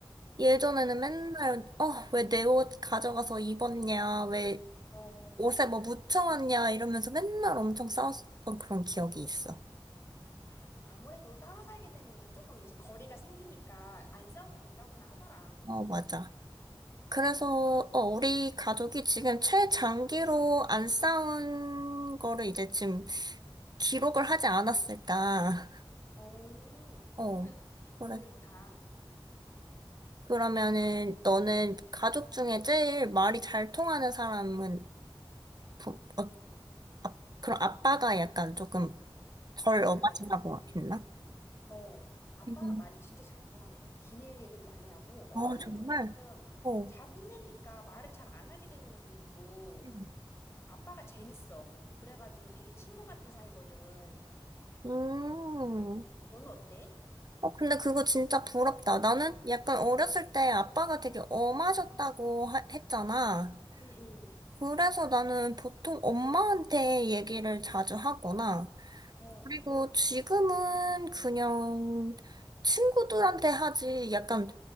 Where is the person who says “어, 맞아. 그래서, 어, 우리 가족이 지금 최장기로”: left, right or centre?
Right